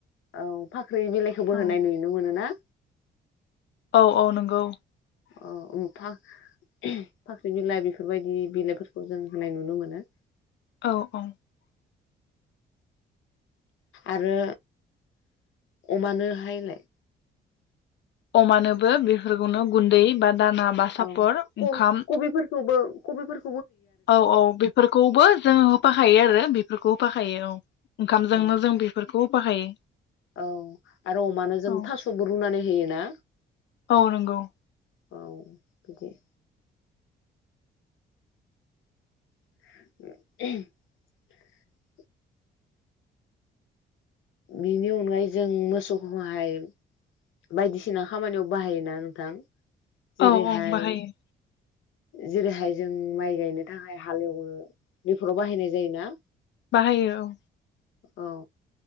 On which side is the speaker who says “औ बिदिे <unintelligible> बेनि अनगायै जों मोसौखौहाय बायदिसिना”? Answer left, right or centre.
Left